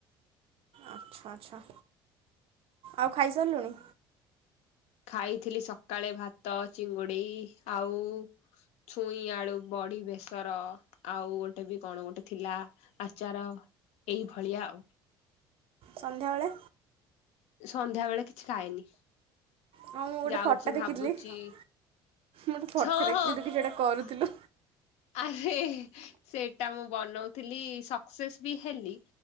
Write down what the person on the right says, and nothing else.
ଆଚ୍ଛା ଆଚ୍ଛା। ଆଉ ଖାଇସାରିଲୁଣି?
ସନ୍ଧ୍ୟାବେଳେ?
ହଁ ମୁଁ ଗୋଟେ
ଫଟୋ ଦେଖିଥିଲି।
ମୁଁ ଗୋଟେ ଫଟୋ
ଦେଖିଥିଲି
ତୁ କିଛି ଗୋଟେ କରୁଥିଲୁ।